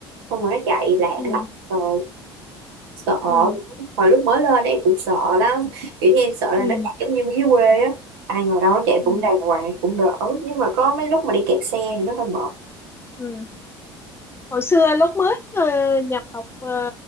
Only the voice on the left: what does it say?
ừ
ừ ừ
ừ
ừ
ừ ừ. hồi xưa lúc mới ờ, nhập học ờ,